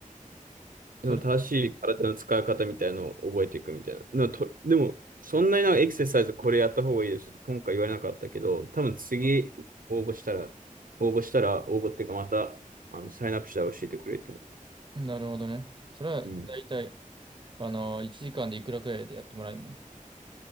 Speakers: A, on the right; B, on the right.
A: それ、
B: その正しい体の使い方みたいなのを覚えていくみたいな。でも、とでもそんなになんかエクササイズこれやった方がいいですって今回言われなかったけど、多分次応募したら、
A: う
B: 応募したら、応募っていうかまた、あの、サインアップしたら教えてくれると思う。
A: んなるほどね。それは、
B: うん。
A: だいたい、あの、1時間でいくらくらいでやってもらえるの